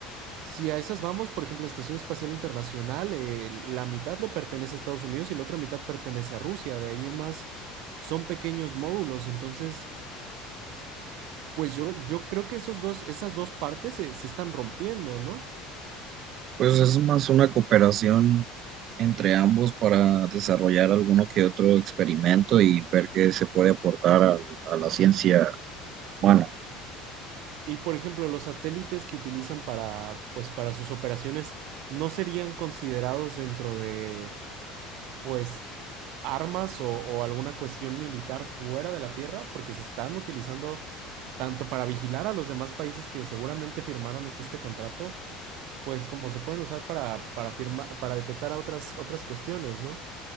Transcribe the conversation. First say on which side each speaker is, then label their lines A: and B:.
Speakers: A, on the right; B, on the right.
A: si a esas vamos, por ejemplo, la Estación Espacial Internacional, eh, la mitad le pertenece a Estados Unidos y la otra mitad pertenece a Rusia. De ahí en más son pequeños módulos. Entonces, pues yo, yo creo que esos dos, esas dos partes se, se están rompiendo, ¿no?
B: Pues es más una cooperación entre ambos para desarrollar alguno que otro experimento y ver qué se puede aportar a, a la ciencia humana.
A: Y por ejemplo, los satélites que utilizan para, pues, para sus operaciones no serían considerados dentro de, pues, armas o, o alguna cuestión militar fuera de la Tierra, porque se están utilizando tanto para vigilar a los demás países que seguramente firmaron este contrato, pues como se pueden usar para, para firma- para detectar a otras, otras cuestiones, ¿no?